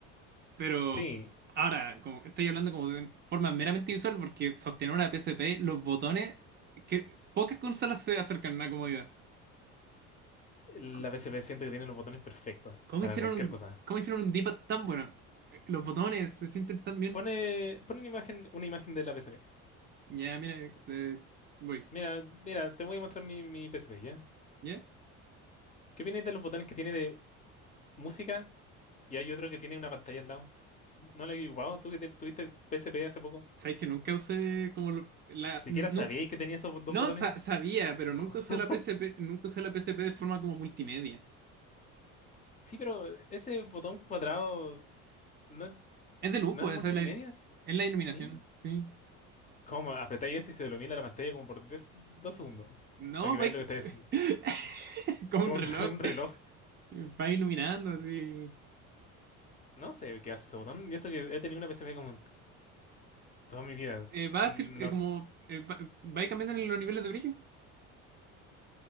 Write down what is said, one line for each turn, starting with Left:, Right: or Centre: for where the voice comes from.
Right: Pero
Left: Sí,
Right: ahora, como estoy hablando como de forma meramente visual, porque sostener una P S P los botones, que pocas consolas se acercan a una comodidad.
Left: la
Right: C-
Left: PSP siento que tiene los botones perfectos
Right: ¿Cómo
Left: para
Right: hicieron
Left: cualquier
Right: un,
Left: cosa.
Right: cómo hicieron un D-pad tan bueno? Eh, Los botones se sienten tan bien.
Left: Pone, pone una imagen, una imagen de la PSP.
Right: Ya, mira, eh, voy.
Left: Mira, mira, te voy a mostrar mi, mi PSP, ¿ya?
Right: ¿Ya?
Left: ¿Qué opinas de los botones que tiene de música? Y hay otro que tiene una pantalla al lado. ¿No lo he ocupado? ¿Tú que te- tuviste PSP hace poco?
Right: ¿Sabes que nunca usé como lo- la...
Left: ¿Siquiera
Right: nun-
Left: sabíais que tenía esos bo- dos
Right: No,
Left: botones?
Right: sa- sabía, pero
Left: <gasps>
Right: nunca usé la P S P nunca usé la P S P de forma como multimedia.
Left: Sí, pero ese botón cuadrado no, es-
Right: Es de luz,
Left: no
Right: pues,
Left: es de multimedias.
Right: esa es la, il- es la iluminación,
Left: ¿Sí?
Right: sí.
Left: ¿Cómo? Apretáis eso y se ilumina la pantalla como por 10 dos segundos.
Right: No,
Left: Para que veáis
Right: va
Left: lo que estáis haciendo.
Right: <laughs> como
Left: Como
Right: un reloj.
Left: <laughs> un, reloj.
Right: eh, va iluminando así.
Left: No sé qué hace ese botón. Y eso que he tenido una PSP como toda mi vida.
Right: Eh, va
Left: Y
Right: a ser
Left: no
Right: eh, como. eh, va, va cambiando en los niveles de brillo.